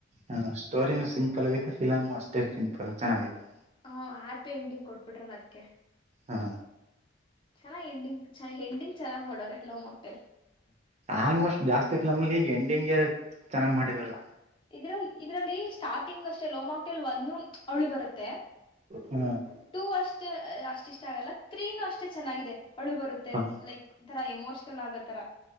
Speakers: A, on the right; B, on the left.
A: ಹಾ ಸ್ಟೋರಿನು ಸಿಂಪಲ್ ಆಗೈತೆ ಫಿಲಮ್ ಅಷ್ಟೇ ಸಿಂಪಲ್ ಚೆನ್ನಾಗೈತಿ
B: ಹಾ ಹ್ಯಾಪಿ ಎಂಡಿಂಗ್ ಕೊಟ್ಬಿಟ್ರಲ್ಲ ಅದಕ್ಕೆ.. <unintelligible>
A: ಹಾ
B: ಚೆನ್ನಾಗ್ ಎಂಡಿಂಗ್ ಹೆಂಡಂಗ್ ಚನ್ನಾಗ್ ಮಾಡೋಡವ್ರ ಲವ್ ಮ್ಯಾಕ್ಟೇಲ್
A: ಆಲ್ಮೋಸ್ಟ್ ಜಾಸ್ತಿ ಫಿಲಮ್ಲ್ಲಿ ಈ ಎಂಡಿಂಗ್ಗೆ ಚೆನ್ನಾಗ್ ಮಾಡಿರಲ್ಲ
B: ಇದ್ರಲ್ಲಿ ಇದ್ರಲ್ಲಿ ಸ್ಟಾರ್ಟಿಂಗ್ ಅಷ್ಟೇ ಲೋಮಾಕ್ ಹಟಲ್ ಒಂದು ಅವಳು ಬರುತ್ತೆ
A: ಹ್ಮ.. <inaudible>
B: ಟೂ ಅಷ್ಟು ಅಷ್ಟ ಇಷ್ಟ ಆಗಲ್ಲ ತ್ರೀನುೂ ಅಷ್ಟೇ ಚೆನ್ನಾಗಿದೆ ಅಳು ಬರುತ್ತೆ
A: ಹ್ಮ್
B: ಲೈಕ್ ತರ ಎಮೋಷ್ನಲ್ ಆಗೋತರ